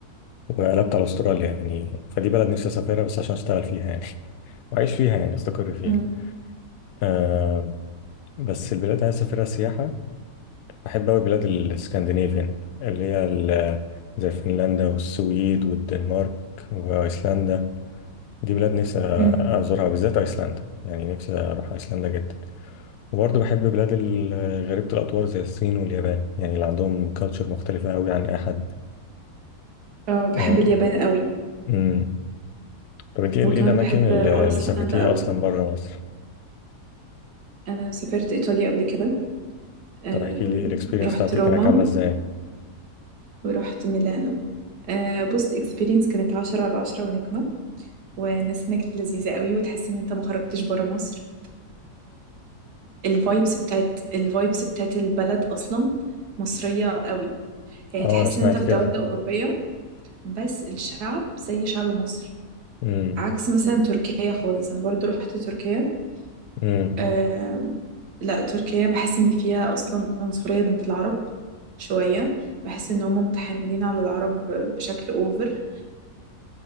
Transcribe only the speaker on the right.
امم
امم
اه بحب
اليابان قوي
وكمان
بحب
ايسلندا
قوي
انا سافرت ايطاليا قبل كده آم،
رحت
روما
ورحت ميلانو آه، بص اكسبيرينس كانت عشرة على عشرة ونجمة والناس هناك لذيذة قوي وتحس ان انت ما خرجتش برا مصر الفايبس بتاعت الفايبس بتاعت البلد اصلا مصرية قوي يعني
تحس
ان انت في
دولة اوروبية بس الشعب زي شعب مصر
عكس مثلا تركيا خالص انا برضو رحت تركيا
آه لا تركيا بحس ان فيها اصلا عنصرية ضد العرب شوية بحس ان هم متحاملين على العرب بشكل اوفر